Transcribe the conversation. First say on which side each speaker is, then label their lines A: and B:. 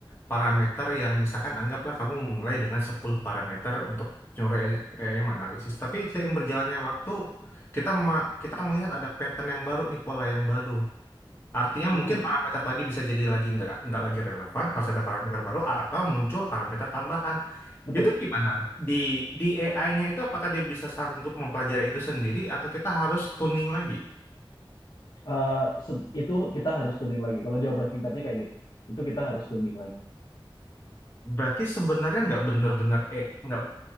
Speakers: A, on the left; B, on the left.
A: parameter yang misalkan anggaplah kamu mulai dengan 10 parameter untuk nyuruh AI yang menganalisis. Tapi seiring berjalannya waktu, kita ma- kita melihat ada pattern yang baru nih, pola yang baru. Artinya
B: Mm-mm,
A: mungkin parameter tadi bisa jadi lagi nggak nggak lagi relevan, harus ada parameter baru atau muncul parameter tambahan.
B: betul.
A: Itu gimana? Di di AI-nya itu apakah dia bisa sanggup mempelajari itu sendiri atau kita harus tuning lagi?
B: Eh, se- itu kita harus tuning lagi. Kalau jawaban singkatnya kayak gitu, itu kita harus tuning lagi.
A: Berarti sebenarnya nggak benar-benar eh nggak